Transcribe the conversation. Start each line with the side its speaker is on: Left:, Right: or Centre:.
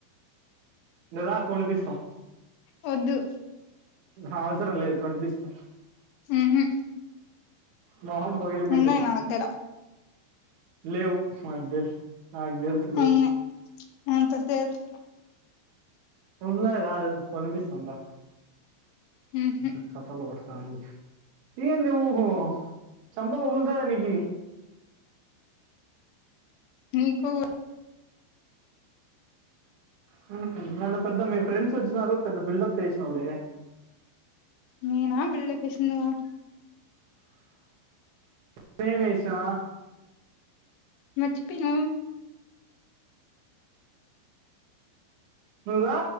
Right: ఇంగా రా కొనిపిస్తాం.
Left: వొద్దు.
Right: అవసరంలేదు కొనిపిస్తా.
Left: ఉహు
Right: మొహం పగిలిపోయిద్దని.
Left: ఉన్నాయి నా దగ్గర
Right: లేవు మాకు తెలుసు, నాకు తెలుసులేవు.
Left: ఉన్నాయి అంతసేపు
Right: ఉన్నయి కాదు కొనిపిస్తం రా.
Left: ఉహు
Right: ఇంత కతలు పడ్తాన్ది. ఏంది ఓహో చంప పగుల్తాది నీకి.
Left: మీకు
Right: హుహ్ మొన్న పెద్ద మీ ఫ్రెండ్స్ వచ్చినారు పెద్ద బిల్డప్ చేసినావులే.
Left: నేనా బిల్డప్ ఇచ్చింది నువ్వా.
Right: నేనేం వేసా
Left: మచ్చిపిన
Right: నువు రా